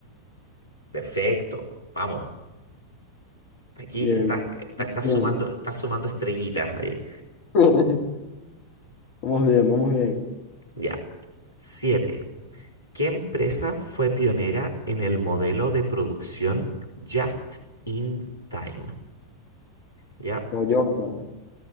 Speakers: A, on the left (about 85°); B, on the left (about 45°).
A: Perfecto, vamos. Aquí
B: Bien,
A: te estás, te estás
B: bien.
A: sumando, estás sumando estrellitas ahí.
B: Vamos bien. <laughs> Vamos bien, vamos bien.
A: Ya. siete. ¿Qué empresa fue pionera en el modelo de producción Just in Time? ¿Ya?
B: Toyota.